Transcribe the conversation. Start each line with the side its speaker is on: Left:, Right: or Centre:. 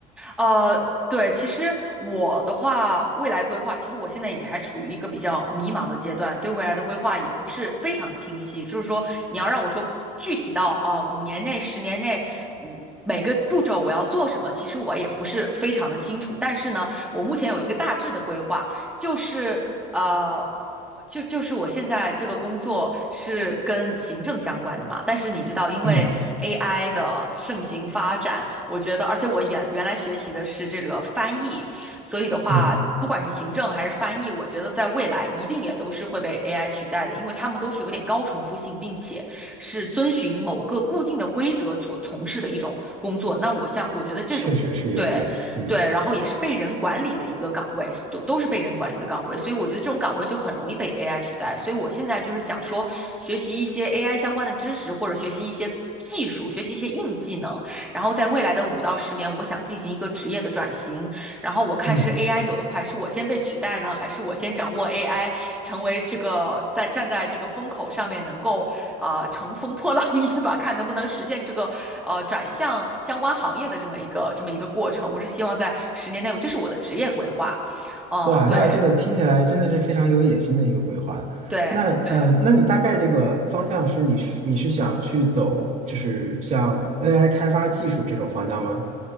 Centre: 呃，对，其实我的话，未来规划，其实我现在也还处于一个比较迷茫的阶段，对未来的规划也不是非常清晰。就是说，你要让我说具体到啊，五年内、十年内，嗯，每个步骤我要做什么，其实我也不是非常的清楚。但是呢，我目前有一个大致的规划，就是。呃，就就是我现在这个工作是跟行政相关的嘛，但是你知道，因为
Right: 嗯
Centre: AI 的盛行发展，我觉得，而且我原原来学习的是这个翻译，所以的话，
Right: 嗯，
Centre: 不管是行政还是翻译，我觉得在未来一定也都是会被 AI 取代的，因为他们都是有点高重复性，并且是遵循某个固定的规则所从事的一种工作。那我像，我觉得这种。
Right: 确实是有一点，
Centre: 对，
Right: 嗯
Centre: 对，然后也是被人管理的一个岗位，都都是被人管理的岗位，所以我觉得这种岗位就很容易被 AI 取代。所以我现在就是想说，学习一些 AI 相关的知识，或者学习一些技术，学习一些硬技能，然后在未来的五到十年，我想进行一个职业的转型。然后我看是
Right: 嗯。
Centre: AI 走得快，是我先被取代呢，还是我先掌握 AI，成为这个在站在这个风口上面能够啊，乘风破浪一把，看能不能实现这个呃转向相关行业的这么一个这么一个过程。我是希望在十年内，这是我的职业规划。哦、
Right: 哇，
Centre: 对
Right: 那这个听起来真的是非常有野心的一个规划。
Centre: 对对，
Right: 那嗯，那你大概这个方向是你是你是想去走，
Centre: 嗯。
Right: 就是像 AI 开发技术这种方向吗？